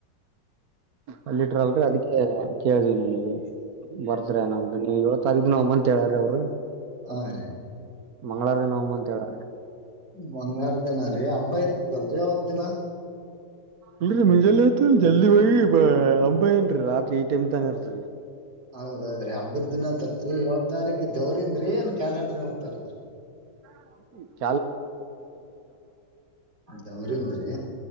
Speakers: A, on the right; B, on the right.
A: ಅಲ್ಲಿಟ್ರ ಅಲ್ರರಿ ಅದಕ್ಕೆ ಕದು ನಿಮಗೆ ಬರ್ತ್ ನ ನೀವು ಇವತ್ತು ಸರಿದ ನ ಅಮ್ಮ ಅಂತ ಹೇಳಾರ ಅವ್ರು
B: ಹಾ ರೀ
A: ಮಂಗಳವಾರದ ನ ಹಮನ್ಂತವ
B: ಮಂಗಲರ ದಿನ ರೀ ಹಬ್ಬ ಇರ್ತದಲ್ರಿ ಯಾವತ್ ದಿನ
A: ಇಲ್ರರಿ ಮುಂಜಾಲೆ ಇತ್ ಜಲ್ದಿ ಹೋಗಿ ಒಂಬೈ ಏನ ರಿ ರಾತ್ರಿ ಈ ಟೈಮ್ ತಾನ ಇರತ್ರಿ
B: ಹೌದೌದ್ರೀ ಹಬ್ಬದ ದಿನ ತತ್ರಿ ಏಳ್ ತಾರೀಕು ದವರಿಂದ ಏನ್ ಕ್ಯಾಲೆಂಡರ್ ಯಾವ ತಾರೀಕ
A: <unintelligible>
B: ದೇವ್ರಿಂದ್ರಿ